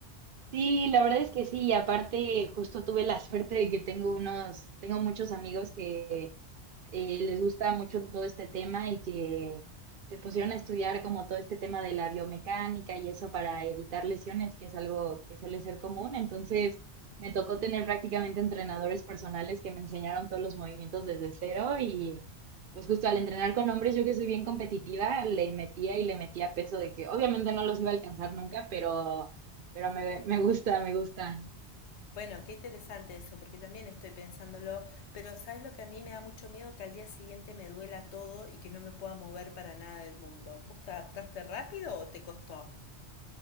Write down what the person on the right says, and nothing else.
Sí, la verdad es que sí, y aparte justo tuve la suerte de que tengo unos, tengo muchos amigos que eh, les gusta mucho todo este tema y que se pusieron a estudiar como todo este tema de la biomecánica y eso para evitar lesiones, que es algo que suele ser común. Entonces, me tocó tener prácticamente entrenadores personales que me enseñaron todos los movimientos desde cero y pues justo al entrenar con hombres, yo que soy bien competitiva, le metía y le metía peso de que obviamente no los iba a alcanzar nunca, pero, pero me, me gusta, me gusta.